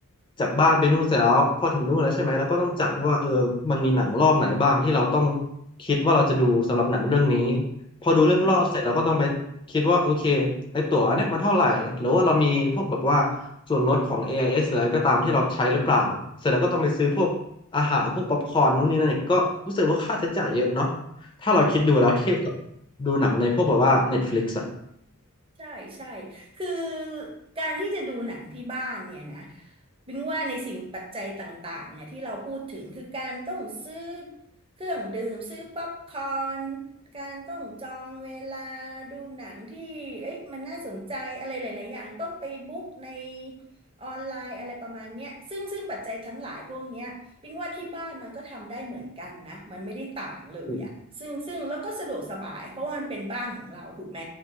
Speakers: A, on the left; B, on the right.
A: จากบ้านไปนู่นเสร็จแล้วพอถึงนู่นแล้วใช่ไหมเราก็ต้องจัดว่าเออมันมีหนังรอบไหนบ้างที่เราต้องคิดว่าเราจะดูสำหรับหนังเรื่องนี้พอดูเรื่องรอบเสร็จเราก็ต้องไป
B: อืม
A: คิดว่าโอเคไอตั๋วอันเนี้ยมันเท่าไหร่หรือว่าเรามีพวกแบบว่าส่วนลดของ AIS หรืออะไรก็ตามที่เราใช้หรือเปล่าเสร็จแล้วก็ต้องไปซื้อพวกอาหารพวกป๊อปคอร์นนู่นนี่นั่นอีกก็รู้สึกว่าค่าใช้จ่ายเยอะเนาะถ้าเราคิดดูแล้วเทียบกับ
B: ใช่
A: ดูหนังในพวกแบบว่า Netflix อ่ะ
B: ใช่ใช่คือการที่จะดูหนังที่บ้านเนี่ยนะบิงว่าในสิ่งปัจจัยต่างๆเนี่ยที่เราพูดถึงคือการต้องซื้อเครื่องดื่มซื้อป๊อปคอร์นการต้องจองเวลาดูหนังที่เอ้ยมันน่าสนใจอะไรหลายๆอย่างต้องไปบุ๊กในออนไลน์อะไรประมาณเนี้ยซึ่งซึ่งปัจจัยทั้งหลายพวกเนี้ยบิงว่าที่บ้านมันก็ทำได้เหมือนกันนะมันไม่ได้ต่างเลยอะซึ่งซึ่งแล้วก็สะดวกสบายเพราะว่ามันเป็นบ้านของเราถูกไหม
A: อืม